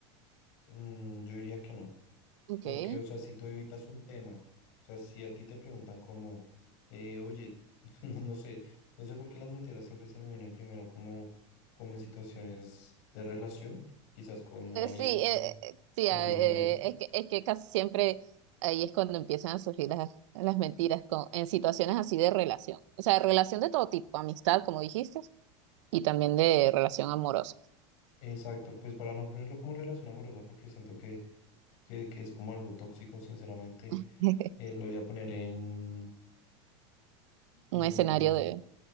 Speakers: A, on the left; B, on the right.
A: mm, yo diría que no.
B: Ok.
A: Porque,
B: Eh,
A: o sea, si tú evitas un tema, o sea, si a ti te preguntan como, eh, oye, <laughs> no, no sé, no sé por qué las mentiras siempre se me vienen primero como, como en situaciones de relación, quizás con un amigo,
B: sí, eh,
A: con,
B: eh, sí,
A: con
B: ah,
A: una
B: eh,
A: pareja.
B: es que, es que casi siempre ahí es cuando empiezan a surgir las, las mentiras con, en situaciones así de relación. O sea, relación de todo tipo, amistad, como dijiste, y también de relación amorosa.
A: Exacto, pues para no ponerlo como relación amorosa, porque siento que, que, que es como algo tóxico, sinceramente,
B: <laughs>
A: eh, lo voy a poner en...
B: Un
A: mm,
B: escenario de,